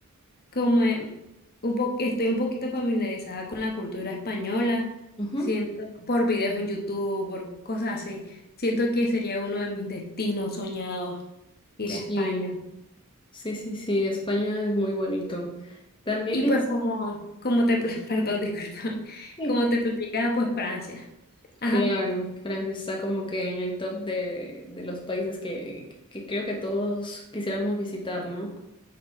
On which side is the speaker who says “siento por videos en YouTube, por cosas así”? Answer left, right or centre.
Left